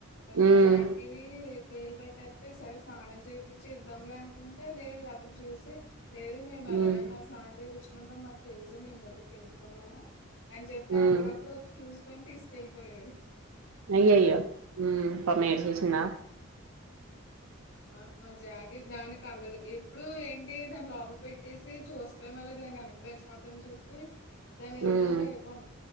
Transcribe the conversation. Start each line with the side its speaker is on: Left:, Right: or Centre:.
Left: మా
Right: ఉమ్
Left: జాకివి పేలు పట్టేతే సరే స్నానం చేయించి ఇద్ధంలే అనుకుంటే లేదు అతను చూసి లేదు మేము ఎలగానే
Right: ఉమ్
Left: స్నానం చేయించుకుంటాం మాకు తెలుసు మేము ముందు పెంచుకున్నాము అని చెప్పి
Right: ఉమ్
Left: అప్పటికప్పుడు వచ్చి చూసుకొని తీసుకెళ్లిపోయాడు
Right: అయ్య అయ్యో ఉమ్ పాపం ఏడిసేసిందా
Left: ఆ మా జాగి దానికి కళదు ఎప్పుడు ఏంటి దాని లోపల పెట్టేసి చూస్తే మళ్ళ దాని వెన లేసి పోద్ది అని చెప్పి దాన్ని ఎదురుగుండా
Right: ఉమ్
Left: ఇవ్వం